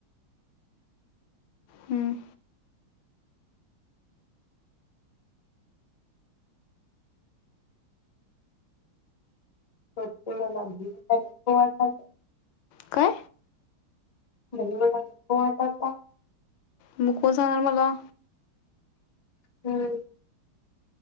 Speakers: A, on the left; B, on the left.
A: हम्म
B: हो तु मला <unintelligible>
A: काय
B: दही वडा हो आत्ताच खा.
A: मग कोण सांगणार मला.
B: हम्म.